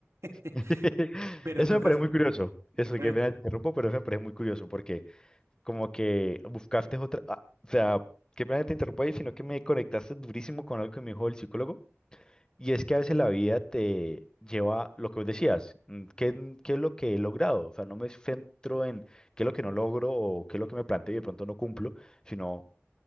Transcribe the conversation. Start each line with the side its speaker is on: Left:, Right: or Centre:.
Right: <laughs>
Left: <laughs>
Right: Pero
Left: Eso
Right: entonces,
Left: me parece muy <laughs> curioso. Eso,
Right: pero-
Left: que pena te interrumpo, pero eso me parece muy curioso porque como que buscaste otra, ah, o sea, qué pena te interrumpo ahí, sino que me conectaste durísimo con algo que me dijo el psicólogo Y es que a veces la vida te lleva lo que vos decías, mm, ¿qué, qué es lo que he logrado? O sea, no me centro en qué es lo que no logro o qué es lo que me planteo y de pronto no cumplo, sino